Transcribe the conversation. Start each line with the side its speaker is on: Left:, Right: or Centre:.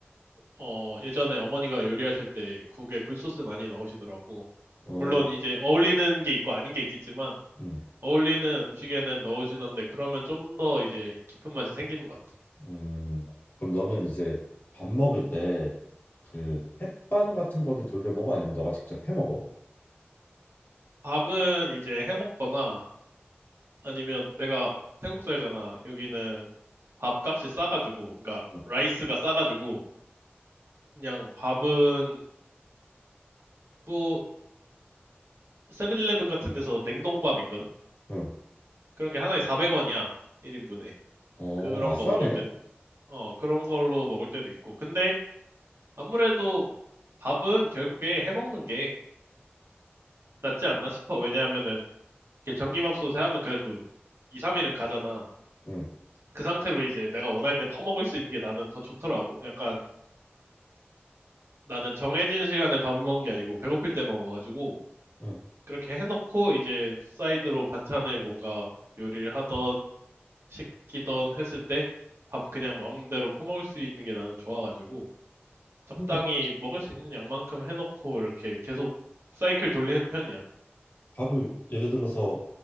Right: 어, 예전에 어머니가 요리하실 때 국에 굴소스 많이 넣으시더라고.
Left: 어,
Right: 물론 이제 어울리는 게 있고 아닌 게 있겠지만
Left: 음.
Right: 어울리는 음식에는 넣으시던데 그러면 좀 더 이제 깊은 맛이 생기는 것 같아.
Left: 음, 그럼 너는 이제 밥 먹을 때 그 햇반 같은 거를 돌려 먹어? 아니면 너가 직접 해 먹어?
Right: 밥은 이제 해 먹거나 아니면 내가 태국 살잖아. 여기는 밥값이 싸가지고 그러니까
Left: 응.
Right: 라이스가 싸가지고 그냥 밥은 뭐 세븐일레븐 같은 데서 냉동밥 있거든.
Left: 응.
Right: 그런 게 하나에 400원이야. 1인분에.
Left: 어,
Right: 그런
Left: 아 싸네.
Right: 거 먹을 때 어, 그런 걸로 먹을 때도 있고. 근데 아무래도 밥은 결국에 해 먹는 게 낫지 않나 싶어. 왜냐하면은 이게 전기밥솥에 하면 그래도 2, 3일은 가잖아.
Left: 응.
Right: 그 상태로 이제 내가 원할 때 퍼먹을 수 있는 게 나는 더 좋더라고. 약간 나는 정해진 시간에 밥을 먹는 게 아니고 배고플 때 먹어가지고
Left: 응.
Right: 그렇게 해놓고 이제 사이드로 반찬을 뭔가 요리를 하던 시키던 했을 때 밥 그냥 마음대로 퍼먹을 수 있는 게 나는 좋아가지고 적당히
Left: 근데
Right: 먹을 수 있는 양만큼 해놓고 이렇게 계속 사이클 돌리는 편이야.
Left: 밥을 예를 들어서